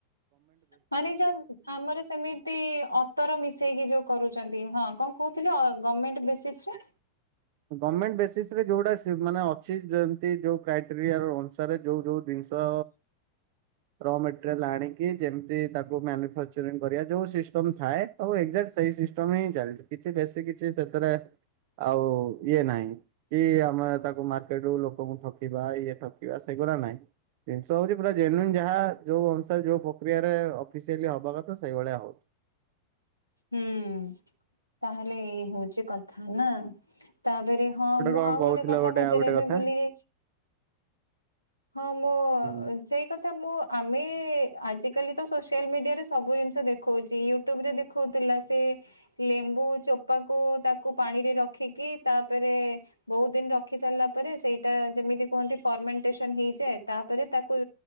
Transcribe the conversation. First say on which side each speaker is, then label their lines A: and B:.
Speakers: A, on the right (about 85°); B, on the right (about 50°).
A: ମାନେ ଯ ଆମର ସେମିତି ତି ଅତର ମିଶେଇକି ଯୋଉ କରୁଛନ୍ତି ହଁ କଣ କହୁଥିଲେ ଗଭର୍ମେଣ୍ଟ ବେସିସ ରେ
B: ଗମେଣ୍ଟ ବେସିସ ରେ ଯୋଉଟା ମାନେ ଅଛି ଯେମତି ଯୋଉ କ୍ରାଇଟେରିଆ ର ଅନର୍ଷାରେ ଯୋଉ ଯୋଉ ଜିନିଷ ରମେଟେରିଆଲ ଆଣିକି ଯେମିତି ତାକୁ ମ୍ୟାନୁଫାଚଂ କରିବା ଯଉ ଥାଏ ଆଉ ଏଯାକଟ ସେଇ ସିଷ୍ଟମ ହିଁ ଚାଲିଛି କିଛି ବେଶୀ କିଛି ସେଥିରେ ଆଉ ଇଏ ନାହିଁ କି ଆମେ ତାକୁ ମାର୍କେଟ ରୁ ଲୋକଙ୍କୁ ଠକିବା ଇଏ ଠକିବା ସେଗୁଡା ନାହିଁ। ଜିନିଷ ହଉଛି ପୁରା ଜେନୁନ୍ ଯାହା ଯୋଉ ଅନୁସାରେ ଯୋଉ ପ୍ରକ୍ରିୟାରେ ଅଫିସିଆଲି ହବ କଥା ସେଇଭଳିଆ ହଉଛି।
A: ହୁଁ ତାହେଲେ ଏଇ ହଉଚ କଥା ନା। ତାପରେ ହଁ ମୁଁ
B: କଣ
A: ଆଉ
B: କହୁଥିଲା
A: ଗୋଟେ କଥା ପଚାରିବା
B: ଆଉ ଗୋଟେ
A: ଏବେ
B: କଥା
A: ଭୁଲି ଯାଇଛି। ହଁ ମୁଁ
B: ହୁଁ।
A: ସେଇ କଥା ମୁଁ ଆମେ ଆଜିକାଲି ତ ସୋସିଆଲ ମିଡିଆ ରେ ସବୁ ଜିନିଷ ଦେଖଉଛି। ୟୁଟ୍ୟୁବ ରେ ଦେଖଉଥିଲା ସେ ଲେମ୍ବୁ ଚୋପାକୁ ତାକୁ ପାଣିରେ ରଖିକି ତାପରେ ବହୁତ ଦିନ ରଖି ସାରିଲା ପରେ ସେଇଟା ଯେମିତି କୁହନ୍ତି ଫର୍ମେଣ୍ଟେସନ ହେଇଯାଏ ତାପରେ ତାକୁ